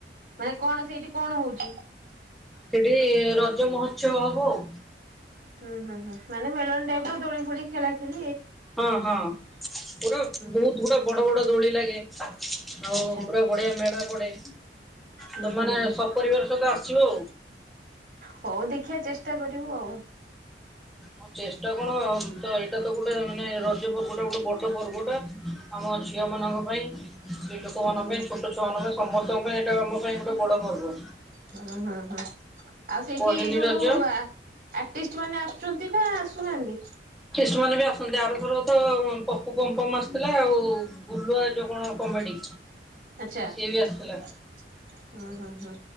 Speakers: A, on the right (about 50°); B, in the centre.
A: ମାନେ କଣ ସେଇଠି କଣ ହଉଛି
B: ସେଠି ରଜ ମହୋତ୍ସବ ହବ ଆଉ।
A: ହୁଁ ହୁଁ ହୁଁଁ। ମାନେଲନ ଟାଇପ ଦଳିଡ଼ି ଫଡ଼ି ଖେ ଖ
B: ହଁ ହଁ ଗୋଟେ ବହୁତ
A: ହୁଁ
B: ଗୁଡା ବଡ ବଡ ଦୋଳି ଲାଗେ। ଆଉ
A: ଆଚ୍ଛା
B: ପୁର ବଡଆ ମେଳ ପଡ଼େ।
A: ହୁଁ
B: ତମାନୋନେ
A: ହୁଁ ହୁଁ
B: ସପରିବାର ସହିତ ଆସ ଯଉ।
A: ହଉ ଦେଖିବା ଚେଷ୍ଟା ଚଷ୍ଟତା କରିବୁ ଆଉ
B: ହଁ ଚେଷ୍ଟା କଣ ତ ଏଇଟା ତ ଗୋଟେ ମାନେ ରଜ ପର୍ବଟା ଗୋଟେ ବଡ ପର୍ବ ଟା ଆମ ଝିଅମାନାନଙ୍କ ପାଇଁ ସ୍ତ୍ରୀ ଲୋକମାନଙ୍କ
A: ହୁଁ
B: ପାଇଁ ଛୋଟ ଛୁଆମାନଙ୍କ ପାଇଁ ସମସ୍ତଙ୍କ ପାଇଁ ଏଇଟା ଆମ ପାଇଁ ବଡ଼ କରିବ
A: ହ ହ ହଁ। ଆଉ ସେଇଠି
B: ପହିଲି
A: ସବୁ
B: ରଜ
A: ଆର୍ଟିଷ୍ଟ ମାନେ ଆସୁଛନ୍ତି ନା ଆସୁନାହାନ୍ତି।
B: ମ ମାନେ ବି ଆସନ୍ତି ଆଉଥରେ ତ ପପୁ ପଂ ପମ୍ ଆସିଥିଲା ଆଉ ଗୁଲୁଆ ଯୋଉ କଣ କମେଡି
A: ଆଛା
B: ସିଏ ବି ଆସିଥିଲା।
A: ହୁଁ ହୁଁ ହୁଁ